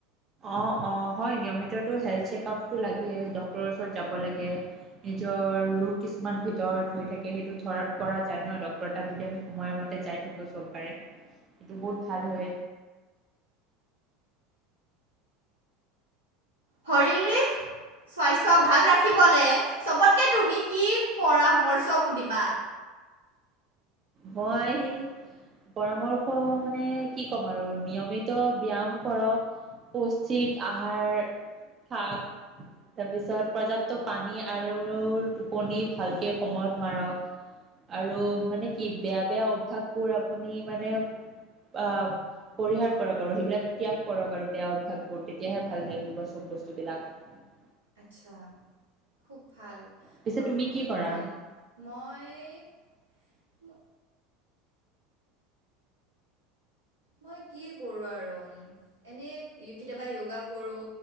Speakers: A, on the right; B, on the right.
A: অ অ হয় নিয়মিততো হেল্থ চেকআপটো লাগেই ডক্তৰৰ ওচৰত যাব লাগে। নিজৰ ৰোগ কিছুমান ভিতৰত হৈ থাকে সেইটো ধৰাত পৰা যায় ন ডক্তৰৰ তাত যদি আমি, সময়মতে যাই থাকোঁ চববাৰে সেইটো বহুত ভাল হয়।
B: শাৰীৰিক স্বাস্থ্য ভাল ৰাখিবলে চবতকৈ তুমি কি পৰামৰ্শক দিবা।
A: মই পৰামৰ্শ, শ মানে কি ক'ম আৰু নিয়মিত ব্যয়াম কৰক। পৌষ্টিক আহাৰ শাক, তাৰপিছত প্ৰৰ্যাপ্ত পানী আৰু, টোপনি ভালকৈ সময়ত মাৰক আৰু মানে, কি বেয়া বেয়া অভ্যাস বোৰ আপুনি মানে আহ। পৰিহাৰ কৰক আৰু সেইবিলাক ত্যাগ কৰক আৰু বেয়া অভ্যাস বোৰ তেতিয়াহে ভাল থাকিব সব বস্তু বিলাক। <unintelligible>
B: আচ্ছা খুব ভাল
A: পিছে
B: পৰামৰ্শ
A: তুমি কি কৰা
B: ধন্য মই মই কি কৰোঁ আৰু এনেই কেতিয়াবা য়োগা, কৰোঁ।